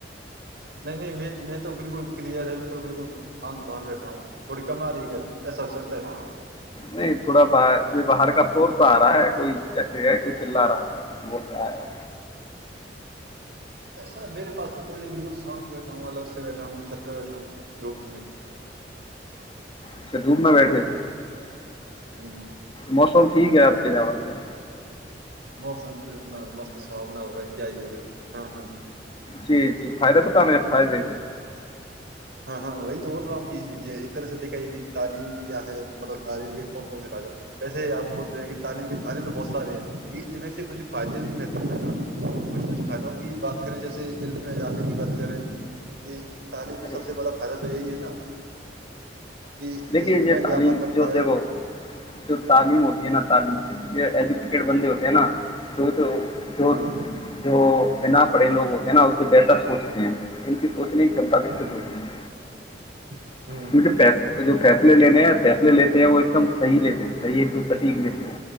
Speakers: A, on the right; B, on the left.
A: نہیں نہیں میں تو بالکل کلیئر ہے میں تو بالکل شانت باہر بیٹھا ہوں تھوڑی کم آ رہی ہے کیا ایسا ہو سکتا ہے
B: نہیں تھوڑا باہر یہ باہر کا سورس آ رہا ہے کوئی ایسے ہے کوئی چللا رہا ہے بول رہا ہے
A: ایسا میرے پاس تو کوئی نہیں بالکل سانت بیٹھا ہوں الگ سے بیٹھا ہوں چھت پرہ بیٹھا ہوںگ میں
B: اچھا دوور میں بیٹھے تھے
A: ہ <inaudible>
B: موسم ٹھیک ہے آپ کے آوائی کا
A: موسم اتنا مست سہانا ہو رہا ہے کیا ہی بولے ہے ہاں ہاں
B: جی جی فائدہ بتا م فائدے
A: ہاں ہاں وہی تو بول رہا ہوں کہ یہ ایک طرح سے دیکھا یہ کہ تعلیم کیا ہے مطلب تعلیم کے کون کون سے فائدے ویسے آپ بول رہے ہیں کہ تعلیم کے فائدے تو بہت سارے ہیں ان میں سے کچھ فائدے بھی محدور ہیں نا کچھ کچھ فائدوں کی بات کریں جیسے علم میں جاپ کی بات کریں کہ طالب سے
B: ارے
A: سب سے بڑا فائدہ تو یہی ہے نا کہ
B: دیکھیے
A: اس
B: یہ
A: میں اضافہ
B: تعلیم
A: کرتا
B: جو دیکھو
A: ہے
B: جو تعلیم ہوتی
A: ہ
B: ہے نا تعلیم
A: ہ
B: ج کہ ایجوکیٹیڈ بندے ہوتے ہیں ہے نا تو تو جو
A: ہاں
B: جو بنا بڑے لوگ ہوتے ہیں نا اسے بہتر سوچتے ہیں ان کی سوچنے کی چمتا وکست
A: ہ
B: ہوتی ہے
A: ہ
B: کیونکہ پیسے فیصلے لینے فیصلے لیتے ہیں وہ ایک دم صحیح لیتے ہیں صحی ایکم سٹیک لیتے ہیں